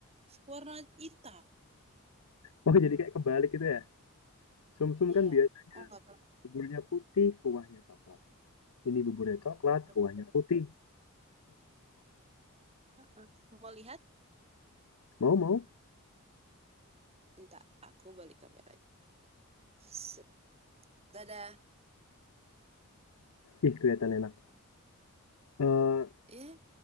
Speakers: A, on the right; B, on the left.
A: warna hitam.
B: Oh, jadi kayak kebalik gitu ya? Sumsum
A: Iya.
B: kan biasanya
A: Oh, nggak apa-apa.
B: buburnya putih, kuahnya coklat. Ini buburnya coklat,
A: betul.
B: kuahnya putih.
A: Uh-uh. Mau lihat?
B: Mau, mau.
A: Bentar, aku balik kameranya. Set. Tada.
B: Ih, kelihatan enak. Eh,
A: Iya,